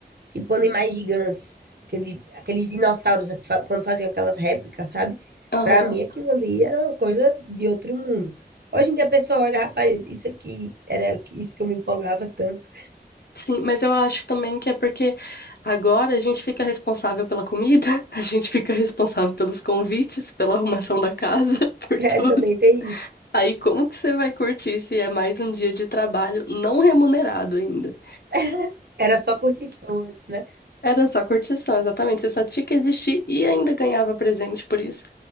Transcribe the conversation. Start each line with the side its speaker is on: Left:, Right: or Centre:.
Right: tipo animais gigantes, aqueles, aqueles dinossauros que fa- quando faziam aquelas réplicas, sabe?
Left: Aham.
Right: Pra mim aquilo ali era uma coisa de outro mundo. Hoje em dia a pessoa olha, rapaz, isso aqui era isso que eu me empolgava tanto.
Left: Sim, mas eu acho também que é porque agora a gente fica responsável pela comida, <laughs> a gente fica responsável pelos convites, pela arrumação da casa, <laughs>
Right: <laughs>
Left: por
Right: É,
Left: tudo.
Right: também tem isso.
Left: Aí como que você vai curtir se é mais um dia de trabalho não remunerado ainda?
Right: <laughs> Era só curtição antes, né?
Left: Era só curtição, exatamente. Você só tinha que existir e ainda ganhava presente por isso.